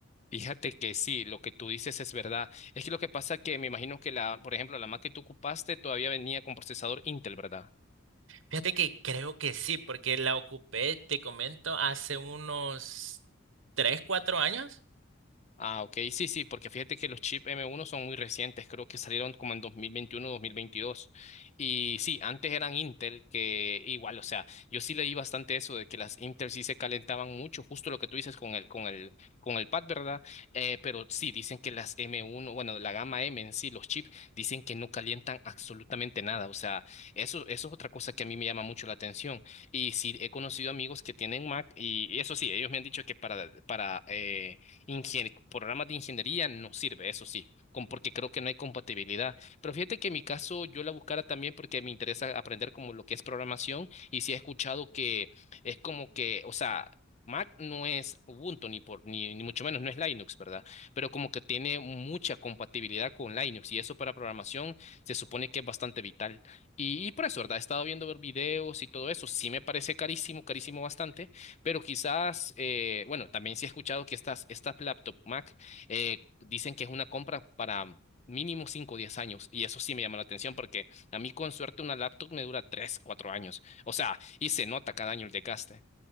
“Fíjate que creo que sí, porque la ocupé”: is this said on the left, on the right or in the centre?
Right